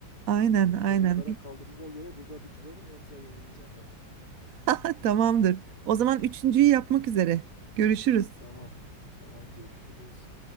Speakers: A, on the right (about 60°); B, on the left (about 25°).
A: Aynen,
B: Yine
A: aynen.
B: berabere kaldığımıza göre burada bitirelim yoksa yenileceğim ben.
A: <laughs> Tamamdır. O zaman üçüncüyü yapmak üzere. Görüşürüz.
B: Tamam, tamam görüşürüz.